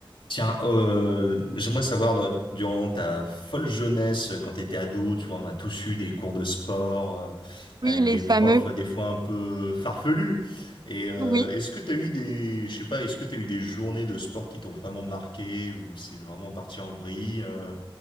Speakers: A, on the left; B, on the right.
A: Tiens, euh, j'aimerais savoir, dans- durant ta folle jeunesse, quand tu étais ado, tu vois, on a tous eu des cours de sport euh,
B: Oui,
A: avec
B: les
A: des
B: fameux.
A: profs euh, des fois un peu farfelus. Et euh,
B: Oui.
A: est-ce que tu as eu des, je sais pas, est-ce que tu as eu des journées de sport qui t'ont vraiment marqué ou c'est vraiment parti en vrille, euh,